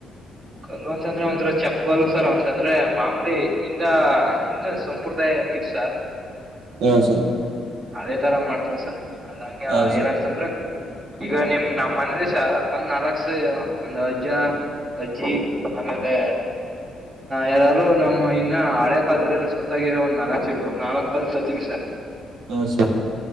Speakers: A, on the right (about 40°); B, on the right (about 80°).
A: ಕಲ್ಲು ಅಂತಂದ್ರೆ ಒಂಥರ ಚಪ್ಪಗಲ್ ಸರ್ ಅಂತಂದ್ರೆ ಮಾಮೂಲಿ ಹಿಂದ ಹಿಂದ ಸಂಪ್ರದಾಯ ಹೇಗಿತ್ತು ಸರ್
B: ಹ ಸರ್
A: ಅದೇ ತರ ಮಾಡ್ತಾರ ಸರ್ ಅದಂಗ
B: ಹಾ ಸರ್
A: ಏನಂತಂದ್ರೆ ಈಗ ನಿಮ್ ನಮ್ಮ್ ಮನೆಲಿ ಸರ್ ಒಂದ್ ನಾಲ್ಕ್ಸ ಒಂದ್ ಅಜ್ಜ. ಅಜ್ಜಿ ಆಮೇಲೆ ಯಾರಾರೂ ನಮ್ಮ್ ಇನ್ನ ಹಳೆ ಕಾಲ್ದೊರ ಯಾರಾರು ಸತ್ತಾಗಿರೋ ಒಂದ್ ನಾಲಕ್ ಶೀಟ್ ನಾಲಕ್ ಕಲ್ ತರ್ತಿವೀ ಸರ್.
B: ಹಾ ಸರ್